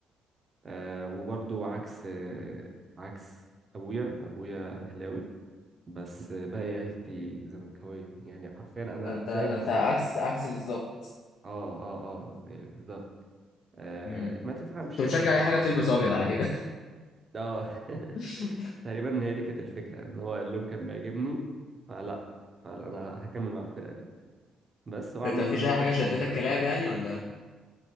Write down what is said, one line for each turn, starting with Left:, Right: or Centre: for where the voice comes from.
Right: آه، وبرضو عكس آه، عكس ابويا ابويا اهلاوي بس آه، باقي عيلتي زملكاوية يعني حرفيا انا
Left: ده انت
Right: زيك
Left: ده
Right: بالظبط
Left: انت عكس عكسي بالظبط
Right: اه اه اه يعني بالظبط آه،
Left: امم
Right: ما تفهمش
Left: انت بتشجع
Right: هو
Left: اي حاجه بتلبس ابيض على كده
Right: اه <laughs>
Left: <laughs>
Right: تقريبا هي دي كانت الفكرة ان هو اللون كان بيعجبني فلا فانا هكمل مع الفرقة دي بس هو عامة
Left: انت مفيش
Right: الواحد
Left: اي حاجه شدتك
Right: وهو صغير
Left: كلاب يعني ولا